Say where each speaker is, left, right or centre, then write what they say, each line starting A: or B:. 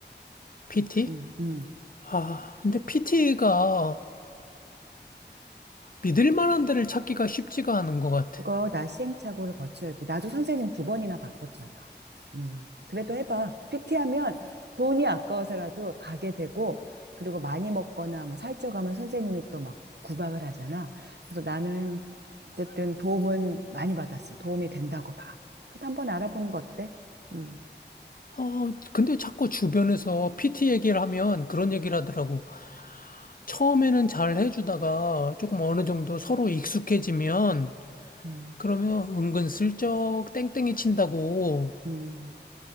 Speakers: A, on the left; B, on the right.
A: PT?
B: 응, 응.
A: 아, 근데 PT가 믿을 만한 데를 찾기가 쉽지가 않은 것 같아.
B: 그거 나 시행착오를 거쳐야지. 나도 선생님 두 번이나 바꿨잖아. 음, 그래도 해봐. PT하면 돈이 아까워서라도 가게 되고, 그리고 많이 먹거나 뭐 살쪄가면 선생님이 또 막 구박을 하잖아. 그래서 나는 어쨌든 도움은 많이 받았어. 도움이 된다고 봐. 그래도 한번 알아보는 거 어때? 음,
A: 어, 근데 자꾸 주변에서 PT 얘기를 하면 그런 얘기를 하더라고. 처음에는 잘 해주다가 조금 어느 정도 서로 익숙해지면
B: 음,
A: 그러면 은근슬쩍 땡땡이 친다고
B: 음,